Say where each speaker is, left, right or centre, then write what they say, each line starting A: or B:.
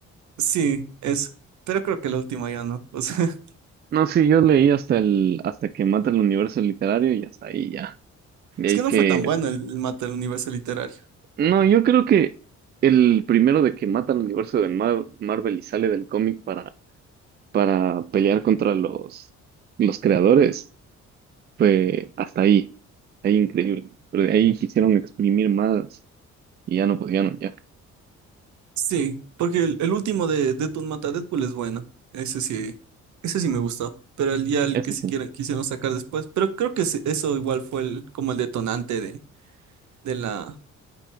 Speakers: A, on the right; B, on the right.
A: Sí, eso. Pero creo que la última ya no. O sea,
B: No, sí, yo leí hasta el, hasta que mata el universo literario y hasta ahí ya.
A: <laughs>
B: De
A: es
B: ahí
A: que no
B: que,
A: fue tan bueno el, el mata el universo literario.
B: no, yo creo que el primero de que mata al universo de Mar- Marvel y sale del cómic para, para pelear contra los, los creadores fue hasta ahí, ahí increíble. Pero de ahí quisieron exprimir más y ya no podían, ya.
A: Sí, porque el, el último de Deathloop Mata a Deadpool es bueno. Ese sí, ese sí me gustó. Pero el ya el
B: Eso
A: que se
B: sí.
A: quiera- quisieron sacar después. Pero creo que sí- eso igual fue el, como el detonante de, de la,